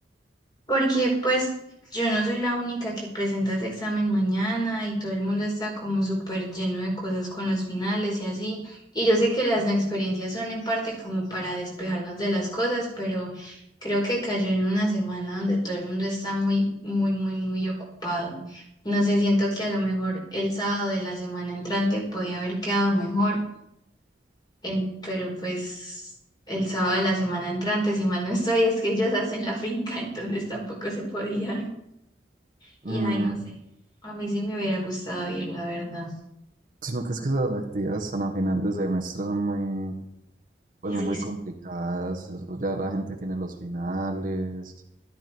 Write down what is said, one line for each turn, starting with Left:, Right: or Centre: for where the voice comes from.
Left: Porque pues yo no soy la única que presenta ese examen mañana y todo el mundo está como súper lleno de cosas con los finales y así. Y yo sé que las no experiencias son en parte como para despejarnos de las cosas, pero creo que cayó en una semana donde todo el mundo está muy, muy, muy, muy ocupado. No sé, siento que a lo mejor el sábado de la semana entrante podía haber quedado mejor en- pero pues el sábado de la semana entrante, si mal no estoy, es que ellos hacen la finca, <laughs> entonces tampoco se podía Y
Right: Mm,
Left: ay, no sé, a mí sí me hubiera gustado ir, la verdad.
Right: sino que es que esas actividades tan a final de semestre son muy, pues
Left: Difícil.
Right: son muy complicadas. Eso ya la gente tiene los finales.